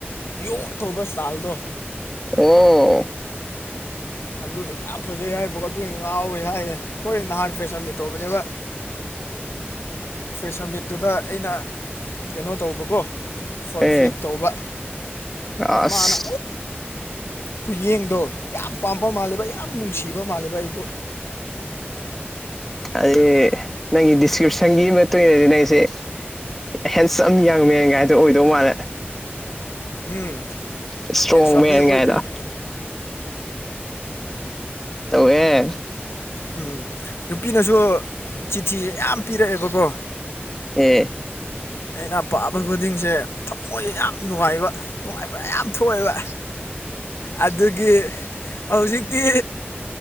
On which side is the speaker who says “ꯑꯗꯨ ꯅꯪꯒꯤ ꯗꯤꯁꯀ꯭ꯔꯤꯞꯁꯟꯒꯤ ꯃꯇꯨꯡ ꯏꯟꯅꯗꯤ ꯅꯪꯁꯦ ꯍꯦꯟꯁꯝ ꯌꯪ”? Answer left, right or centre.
Centre